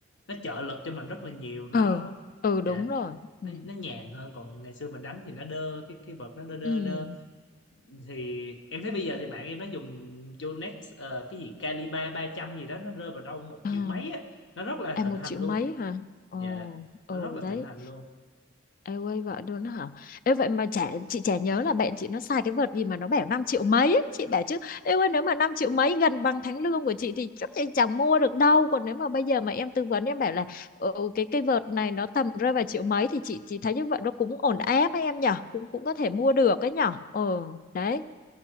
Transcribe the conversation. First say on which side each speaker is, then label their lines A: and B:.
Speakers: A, on the left; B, on the left.
A: nó trợ lực cho mình rất là nhiều nó
B: ờ ừ đúng
A: dạ,
B: rồi ừ
A: nó, nó nhàn hơn còn ngày xưa mình đánh thì nó đơ cái cái vợt nó đơ đơ
B: ừ
A: đơ thì em thấy bây giờ thì bạn em nó dùng Yonex ờ, cái gì Calibre 300 gì đó nó rơi vào đâu một
B: à,
A: triệu mấy á nó rất là
B: à
A: thịnh
B: một
A: hành
B: triệu
A: luôn
B: mấy hả ồ
A: dạ
B: ừ
A: nó rất là
B: đấy
A: thịnh hành luôn
B: em quay vợ luôn đó hả Ê vậy mà chả chị chả nhớ là bạn chị nó xài cái vợt gì mà nó bảo 5 triệu mấy ấy. chị bảo chứ em ơi nếu mà 5 triệu mấy gần bằng tháng lương của chị thì chắc chị chẳng mua được đâu còn nếu mà bây giờ mà em tư vấn em bảo là ừ, cái cây vợt này nó tầm rơi vào triệu mấy thì chị chị thấy như vậy nó cũng ổn áp ấy em nhở cũng cũng có thể mua được ấy nhở ừ đấy